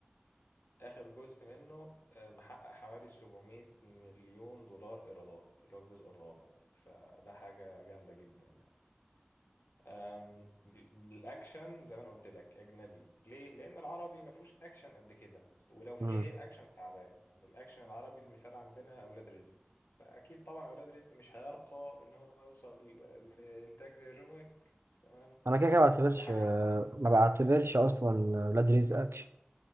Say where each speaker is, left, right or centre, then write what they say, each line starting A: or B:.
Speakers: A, on the left; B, on the right.
A: آخر جزء منه آه، محقق حوالي 700 مليون دولار إيرادات اللي هو الجزء الرابع فده حاجة جامدة جدا يعني أم، ب- الأكشن زي ما أنا قلت لك أجنبي ليه؟ لأن العربي ما فيهوش أكشن قد كده ولو فيه
B: امم
A: هيبقى أكشن تعبان يعني الأكشن العربي المثال عندنا أولاد رزق فأكيد طبعا أولاد رزق مش هيرقى إن هو يوصل ل- لإنتاج زي جون ويك تمام
B: انا كده كده ما بعتبرش
A: دي حاجة
B: آه،
A: عالمية يعني
B: ما بعتبرش اصلا ولاد رزق اكشن